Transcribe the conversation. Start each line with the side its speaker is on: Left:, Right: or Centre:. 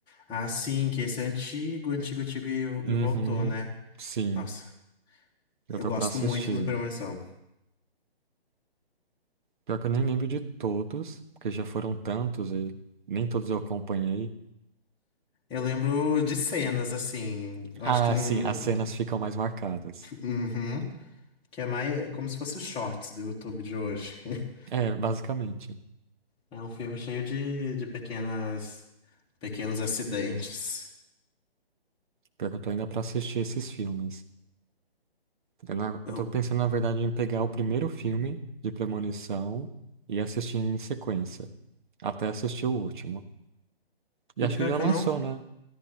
Left: Ah, sim, que esse é antigo, antigo, antigo e, e
Right: Uhum,
Left: voltou, né?
Right: sim,
Left: Nossa,
Right: eu
Left: eu
Right: tô
Left: gosto
Right: pra assistir.
Left: muito do Premonição.
Right: Pior que eu nem lembro de todos, porque já foram tantos e nem todos eu acompanhei.
Left: Eu lembro de cenas, assim, eu
Right: Ah,
Left: acho que não...
Right: sim, as cenas ficam mais marcadas.
Left: Uhum, que é mais é como se fosse os shorts do YouTube de hoje. <laughs>
Right: É, basicamente.
Left: É um filme cheio de, de pequenas, pequenos acidentes.
Right: Pior que eu tô ainda pra assistir esses filmes. Eu, na-
Left: Eu-
Right: eu tô pensando, na verdade, em pegar o primeiro filme de Premonição e assistir em sequência, até assistir o último. E
Left: o
Right: acho
Left: pior
Right: que já
Left: é que
Right: lançou,
Left: eu não.
Right: né?